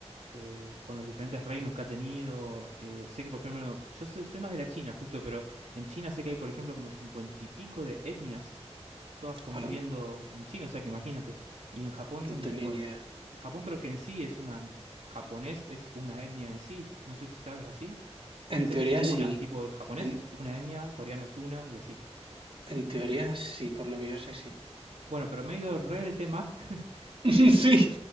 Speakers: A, on the right; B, on the right.
A: eh, con los diferentes reinos que ha tenido. Eh, sé que, por ejemplo, yo sé- soy más de la China, justo, pero en China sé que hay, por ejemplo, como cincuenta y pico de etnias todas conviviendo
B: hola,
A: en China, o sea que imagínate. Y en Japón,
B: no tenía
A: bueno,
B: ni idea.
A: Japón creo que en sí es una, japonés es una etnia en sí, no sé si sabes así. Me parece
B: En teoría
A: que es una,
B: sí.
A: tipo el japonés
B: En,
A: es una etnia, coreano es una y así.
B: en teoría sí, por lo que yo sé, sí.
A: Bueno, pero me he ido re de tema <laughs>
B: <laughs>
A: eh,
B: Sí,